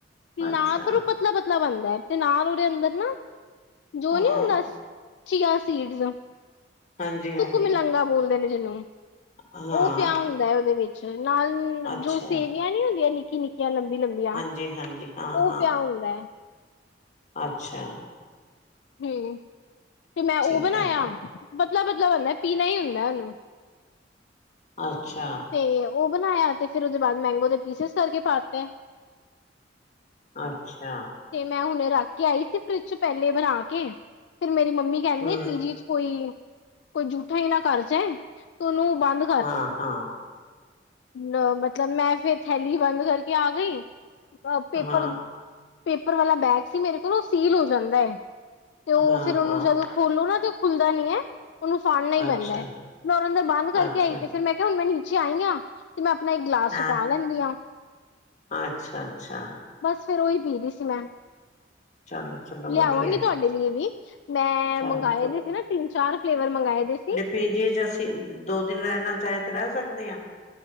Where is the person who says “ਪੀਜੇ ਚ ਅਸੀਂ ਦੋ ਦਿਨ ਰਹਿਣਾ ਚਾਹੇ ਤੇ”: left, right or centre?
Left